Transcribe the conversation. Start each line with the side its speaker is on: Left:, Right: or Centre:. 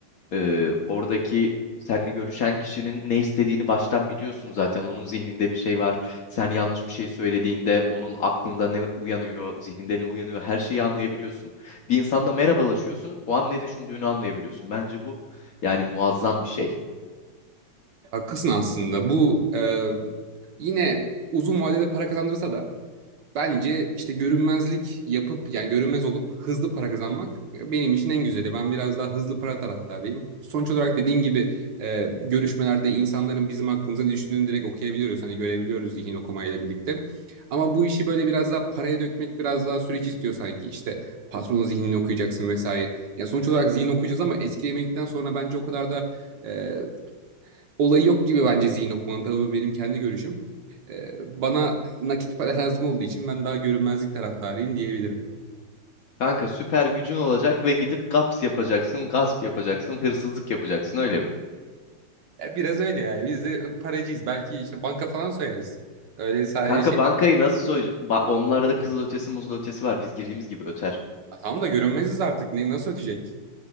Left: Ee, oradaki seninle görüşen kişinin ne istediğini baştan biliyorsun zaten. Onun zihninde bir şey var. Sen yanlış bir şey söylediğinde onun aklında ne uyanıyor, zihninde ne uyanıyor her şeyi anlayabiliyorsun. Bir insanla merhabalaşıyorsun, o an ne düşündüğünü anlayabiliyorsun. Bence bu yani muazzam bir şey.
Right: Haklısın aslında. Bu e, yine uzun vadede para kazandırsa da Bence işte görünmezlik yapıp yani görünmez olup hızlı para kazanmak benim için en güzeli. Ben biraz daha hızlı para taraftarıyım. Sonuç olarak dediğin gibi e, görüşmelerde insanların bizim hakkımızda ne düşündüğünü direkt okuyabiliyoruz. Hani görebiliyoruz zihin okumayla birlikte. Ama bu işi böyle biraz daha paraya dökmek biraz daha süreç istiyor sanki. İşte patronun zihnini okuyacaksın vesaire. Ya sonuç olarak zihin okuyacağız ama etkilemedikten sonra bence o kadar da e, olayı yok gibi bence zihin okumanın. Tabii bu benim kendi görüşüm. Ee, bana nakit para lazım olduğu için ben daha görünmezlik taraftarıyım diyebilirim.
Left: Kanka süper gücün olacak ve gidip gaps yapacaksın, gasp yapacaksın, hırsızlık yapacaksın öyle mi?
Right: Ya biraz öyle ya. Biz de paracıyız. Belki işte banka falan soyarız. Öyle sadece
Left: Kanka
Right: şey.
Left: bankayı nasıl soyacaksın? onlarda da kızıl ötesi muzul ötesi var. Biz girdiğimiz gibi öter.
Right: "Ha, tamam da görünmeziz artık. Ne, nasıl ödeyecek?